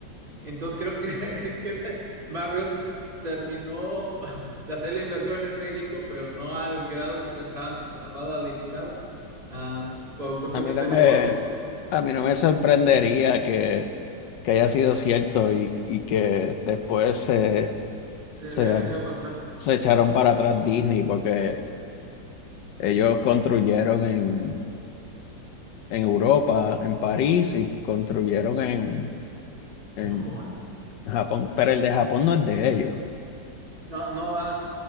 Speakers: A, on the right; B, on the left.
A: Entonces creo que, <laughs> que te- Marriott terminó de hacer la inversión en México, pero no al grado que pensaban, sino nada más la limitaron ah, por cuestiones
B: A mí no
A: de
B: me,
A: negocios.
B: a mí no me sorprendería que, que haya sido cierto y, y que después se,
A: Se
B: se,
A: habían echado para atrás
B: se echaron para atrás Disney porque ellos construyeron en, en Europa, en París, y construyeron en, en
A: en Japón.
B: Japón, pero el de Japón no es de ellos.
A: No, no va.